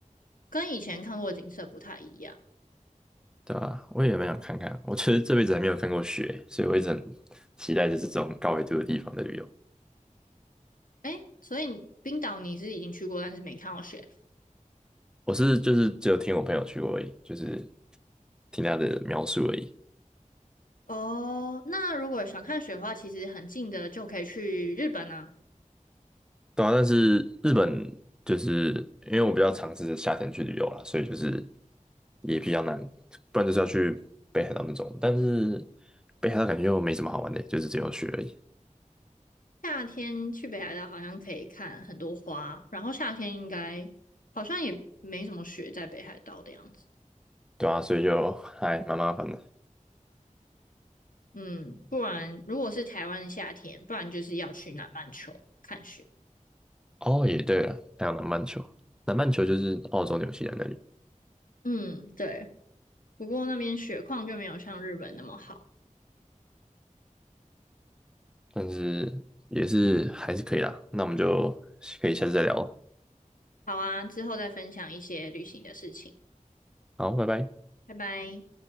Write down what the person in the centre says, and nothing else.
对吧？我也蛮想看看，我其实这辈子还没有看过雪，所以我一直很期待就是这种高纬度的地方的旅游。
我是就是只有听我朋友去过而已，就是听他的描述而已。
对啊，但是日本就是因为我比较尝试夏天去旅游啦，所以就是也比较难，不然就是要去北海道那种。但是北海道感觉又没什么好玩的，就是只有雪而已。
对啊，所以就还蛮麻烦的。
哦，也对了，还有南半球，南半球就是澳洲、纽西兰那里，
但是也是还是可以啦。那我们就可以下次再聊了。
好，拜拜。